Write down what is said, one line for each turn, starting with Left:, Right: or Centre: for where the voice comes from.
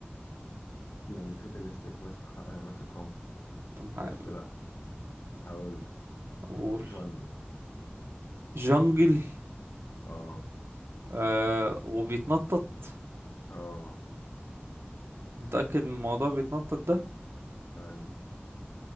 Left: يعني فيدل ستيك ماسك ح- آه، ماسك رمح
Right: طب ما-
Left: بس لا هقول لك.
Right: قول
Left: جانجل
Right: جنجل
Left: اه
Right: آه وبيتنطط
Left: اه
Right: متأكد من الموضوع بيتنطط ده
Left: ايوه